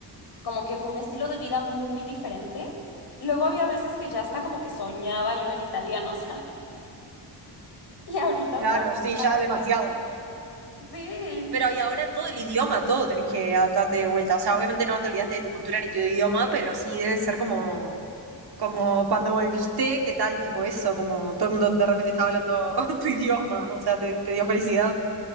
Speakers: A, on the left (about 60°); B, on the right (about 60°).
A: como que fue un estilo de vida muy diferente. Luego había veces que ya hasta como que soñaba yo en italiano, <laughs> ¿sabes? Y ahorita
B: Claro,
A: otra vez
B: sí,
A: es acoplarme.
B: ya demasiado.
A: Sí.
B: Pero y ahora todo el idioma, todo tenés que adaptarte de vuelta. O sea, obviamente no te olvidaste de tu cultura ni tu idioma, pero sí debe ser como, como cuando volviste, ¿qué tal? Tipo eso, como todo el mundo de repente estaba hablando <laughs> tu idioma, o sea, te, te dio felicidad.